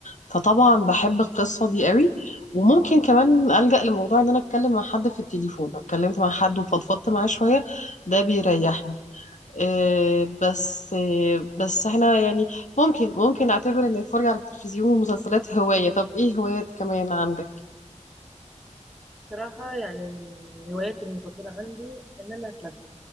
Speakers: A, on the left; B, in the centre.
A: فطبعا بحب القصة دي قوي وممكن كمان ألجأ لموضوع ان انا اتكلم مع حد في التليفون لو اتكلمت مع حد وفضفضت معاه شوية ده بيريحني آه، بس آه، بس احنا يعني ممكن ممكن نعتبر ان الفرجة على التلفزيون والمسلسلات هواية طب ايه هوايات كمان عندك
B: بصراحه يعني من هواياتي المفضله عندي ان انا اتمشى